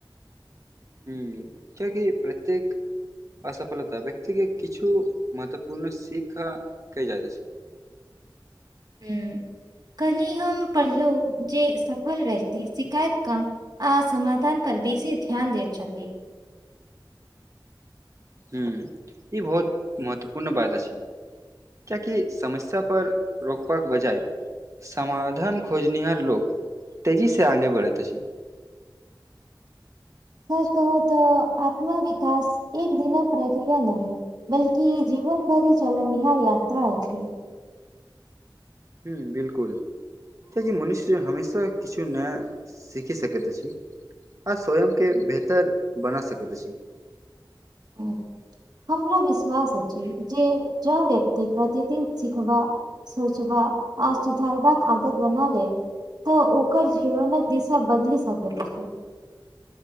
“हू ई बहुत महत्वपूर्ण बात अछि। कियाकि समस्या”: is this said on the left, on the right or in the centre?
Right